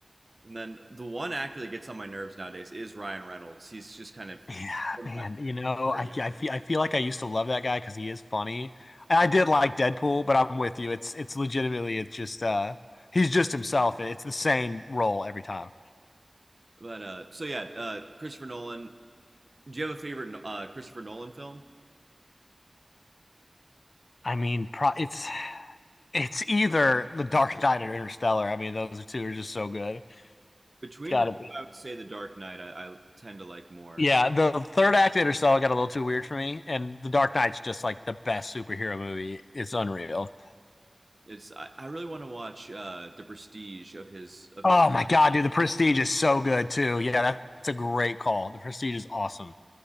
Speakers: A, on the right; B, on the left.
A: And then the one actor that gets on my nerves nowadays is Ryan Reynolds. He's just kind of
B: Yeah,
A: sometimes
B: man. You know,
A: dirty
B: I I feel, I feel like I used to love that guy because he is funny. And I did like Deadpool, but I'm with you. It's it's legitimately it's just uh he's just himself, it's the same role every time.
A: But uh, so yeah, uh, Christopher Nolan. Do you have a favorite no, uh, Christopher Nolan film?
B: I mean, pro- it's it's either The Dark Knight or Interstellar. I mean, those two are just so good. It's
A: Between
B: got
A: the
B: to
A: two,
B: be.
A: I would say The Dark Knight. I, I tend to like more.
B: Yeah, the third act of Interstellar got a little too weird for me, and The Dark Knight's just like the best superhero movie. It's unreal.
A: It's I, I really want to watch uh, The Prestige of his of
B: Oh
A: his.
B: my god, dude, The Prestige is so good too. Yeah, that's a great call. The Prestige is awesome.